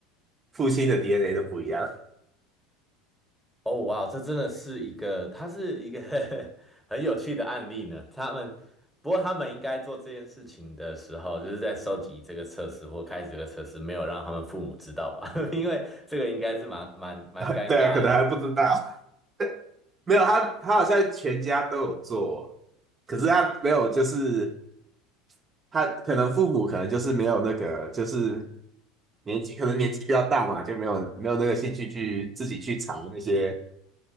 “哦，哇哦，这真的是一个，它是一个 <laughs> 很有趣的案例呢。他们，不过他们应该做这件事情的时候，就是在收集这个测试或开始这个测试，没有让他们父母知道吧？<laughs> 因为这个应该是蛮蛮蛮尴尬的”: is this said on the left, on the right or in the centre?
Centre